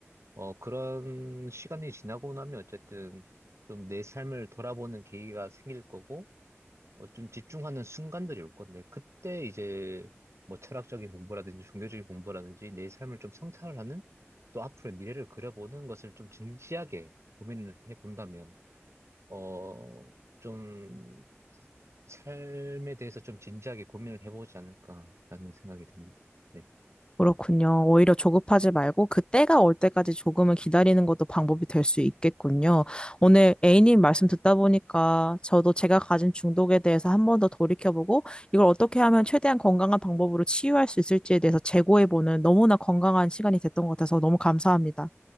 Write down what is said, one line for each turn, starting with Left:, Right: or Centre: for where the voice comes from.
Right: 어, 그런 시간이 지나고 나면 어쨌든 좀 내 삶을 돌아보는 계기가 생길 거고, 어, 좀 집중하는 순간들이 올 건데, 그때 이제 뭐 철학적인 공부라든지 종교적인 공부라든지 내 삶을 좀 성찰을 하는 또 앞으로의 미래를 그려보는 것을 좀 진지하게 고민을 해본다면, 어, 좀 삶에 대해서 좀 진지하게 고민을 해보지 않을까라는 생각이 듭니다. 네.
Left: 그렇군요. 오히려 조급하지 말고 그때가 올 때까지 조금은 기다리는 것도 방법이 될 수 있겠군요. 오늘 A님 말씀 듣다 보니까 저도 제가 가진 중독에 대해서 한번 더 돌이켜보고 이걸 어떻게 하면 최대한 건강한 방법으로 치유할 수 있을지에 대해서 재고해보는 너무나 건강한 시간이 됐던 것 같아서 너무 감사합니다.